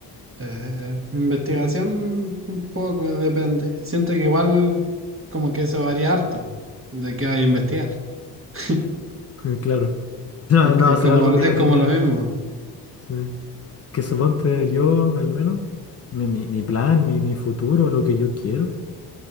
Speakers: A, on the right; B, on the left.
A: Eh, investigación un poco, depende. Siento que igual como que eso varía harto de qué vaya a investigar. <laughs>
B: <laughs> Claro. No,
A: Es,
B: no
A: es
B: hacer
A: como,
B: algo que
A: es
B: no
A: como
B: tiene...
A: lo mismo.
B: sí. que suponte yo, al menos, mi, mi- mi plan, mi, mi futuro, lo que yo quiero,